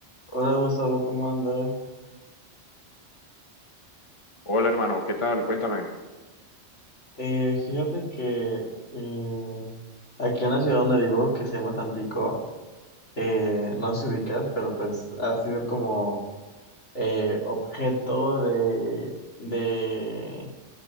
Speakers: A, on the left; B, on the left.
A: Hola Gustavo, ¿cómo andas?
B: Hola hermano, ¿qué tal? Cuéntame.
A: Eh, fíjate que eh, aquí en la ciudad donde vivo, que se llama Tampico, eh, no sé si ubicas, pero pues ha sido como eh, objeto de, de,